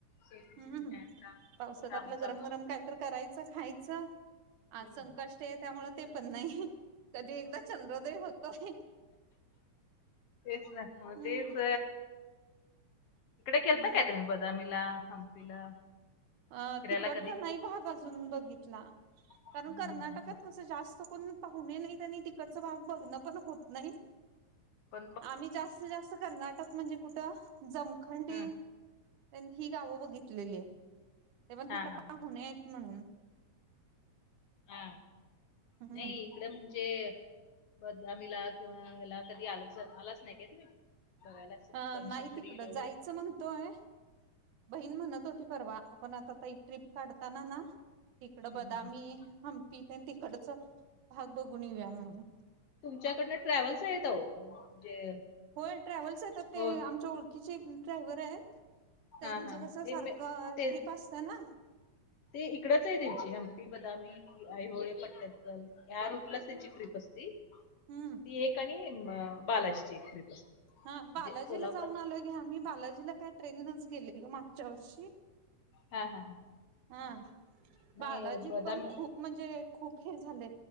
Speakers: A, on the left; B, on the right.
A: शेतीची
B: हम्म
A: पण काय का
B: पावसात
A: काम
B: आपलं
A: चालू
B: गरम
A: आहेत.
B: गरम काय तर करायचं खायचं हा
A: हम्म.
B: संकट आहे त्यामुळे ते पण नाही कधी एकदा चांद्रदेव होतोय
A: तेसना
B: हम्म
A: तेस इकडे खेळता
B: मग
A: काय तुम्ही बदामीला हंपीला
B: अं
A: फिरायला
B: तिकडचा
A: कधी
B: नाही भाग अजून बघितला
A: हम्म,
B: कारण
A: हम्म,
B: कर्नाटकात
A: हम्म.
B: कसं जास्त कोण पाहणे नाही आणि तिकडचा भाग बघणं पण होत नाही
A: ह
B: आम्ही जास्तीत जास्त कर्नाटक म्हणजे कुठं जमखंडी
A: हम्म.
B: त्यांनी गावं बघितलेली आहेत ते पण
A: हा
B: तिथं
A: हा
B: पाहुन
A: हा
B: म्हणून
A: ह
B: हम्म
A: नाही इकडं म्हणजे ब बदामीला किंवा हला कधी आलं पण जमलंच नाही काय तुम्ही बघायला असं
B: हं
A: बनशंकरीला
B: नाही तिकडं
A: वगैरे
B: जायचं म्हणतोय बहीण म्हणत होती परवा आपण आता त्या ट्रीप काढताना ना तिकडं
A: हम्म,
B: बदामी
A: हम्म,
B: हंपीत तिकडचं भाग बघून येऊया म्हणून
A: तुमच्याकडन ट्रॅव्हल्स आहेत म्हणजे
B: होय ट्रॅव्हल्स येतात ते
A: हो
B: आमच्या ओळखीचे एक ड्रायव्हर आहेत त्यांचं
A: हा हा
B: कसं सारखं
A: ते ते
B: ट्रिप असत ना
A: ते इकडंच आहे त्यांची साधारण बदामी आई होळे पट्टन कल या रूटलाच त्यांची ट्रिप असते ती
B: हम्म
A: एक आणि बालाजीची एक ट्रीप असते
B: हा बालाजीला
A: म्हणजे कोल्हापुरात
B: जाऊन आलोय हं आम्ही बालाजीला काय ट्रेननच गेलेलो मागच्या वर्षी
A: हा हा हा
B: हो
A: नाही
B: बालाजीला
A: बदामी
B: पण खूप म्हणजे खूप हे झाले